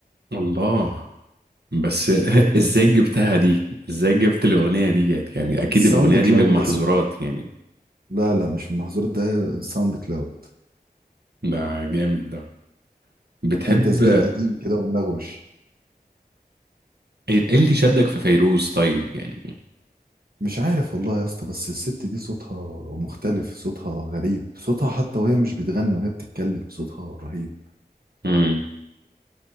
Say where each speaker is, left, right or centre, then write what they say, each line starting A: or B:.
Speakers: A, on the right; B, on the right.
A: الله بس <laughs> ازاي جبتها دي ازاي جبت الاغنية دي جت؟ يعني اكيد
B: الساوند
A: الاغنية
B: كلاود
A: دي من المحظورات
B: ده صح
A: يعني
B: لا لا مش المحظورات ده الساوند كلاود
A: ده جامد ده بتحب
B: وكان تسجيل قديم كده وملغوش
A: ايه إيه اللي شدك في فيروز طيب يعني
B: مش عارف والله يا اسطى بس الست دي صوتها مختلف صوتها غريب صوتها حتى وهي مش بتغني وهي بتتكلم صوتها رهيب
A: امم